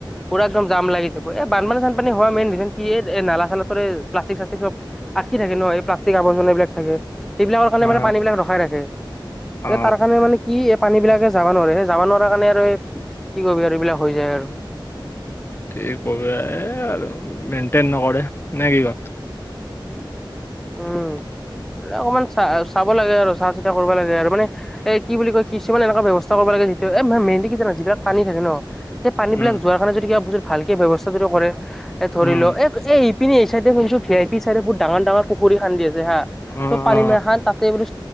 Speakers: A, in the centre; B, on the left.
A: পুৰা একদম জাম লাগি যাব। এ' বানপানী-চানপানী হয় মেইন ৰিজন কি এই নালাখনৰ পৰা প্লাষ্টিক- আহি থাকে ন, এই প্লাষ্টিক আৱৰ্জনাবিলাক থাকে সেইবিলাকৰ কাৰণে
B: অ
A: মানে পানী বিলাক ৰখাই থাকে।
B: অ
A: সেই তাৰ কাৰণে মানে কি? এই পানী বিলাকে যাব নোৱাৰে সেই যাব নোৱাৰা কাৰণে আৰু এই কি কৰবি আৰু এইবিলাক হৈ যায় আৰু।
B: কি কবি এ আৰু মেইনটেইন নকৰে নে কি ক? <inaudible>
A: উম। অকমান চা চাব লাগে আৰু, চাহ চিতা কৰিব লাগে আৰু মানে এ কি বুলি কয় কিছুমান এনেকুৱা ব্যৱস্থা কৰিব লাগে যিটো, এ মেইন কি জান যিবিলাক পানী থাকে ন? সেই পানী
B: উম
A: বিলাক যোৱাৰ কাৰণে যদি কিবা ভালকে ব্যৱস্থা যদি কৰে ধৰি
B: উম
A: লও এ এ ইপিনে এই চাইডে শুনিছোঁ ভি আই পি চাইডে বহুত ডাঙৰ ডাঙৰ পুখুৰী খান্দি আছে হা
B: অ
A: চব পানী
B: অ
A: মা খান তাতে বোলো